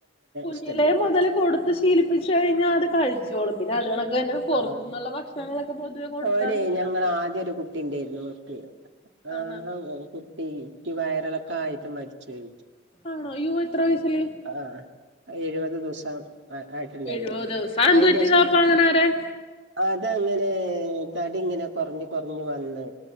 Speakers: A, on the left; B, on the right.
A: കുഞ്ഞിലെ
B: ഇഷ്ടല്ല
A: മൊതല് കൊടുത്ത് ശീലിപ്പിച്ച് കഴിഞ്ഞാ അത് കഴ ചോളും പിന്നെ അത് ക്കണക്ക് തന്നെ പൊറത്തുന്നുള്ള
B: ആഹ്
A: ഭക്ഷണങ്ങളൊക്കെ പൊതുവെ കൊടുക്കാതിരിക്കണ
B: ഓനെ ഞങ്ങളെ
A: നല്ലത്
B: ആദ്യ ഒരു കുട്ടി ഒണ്ടേരുന്നു വക്ക് ആഹ്
A: ആഹാ
B: ഓ ട്ടിയ്ക് വയറിളക്ക ആയിറ്റ് മരിചോയ്.
A: ആണോ അയ്യോ എത്ര വയസില്?
B: ആഹ് എഴുപത് ദിവസം. ആഹ് ആയിട്ടുണ്ടായ്നു
A: എഴുപത്
B: ഒന്ന്
A: ദിവസം അതെന്ത്
B: അയിന്റെഷം
A: പറ്റിയതാ അപ്പ അങ്ങനെ വരാൻ
B: അതങ്ങനെ തടി ഇങ്ങനെ കൊറഞ്ഞ് കൊറഞ്ഞ് വന്ന്.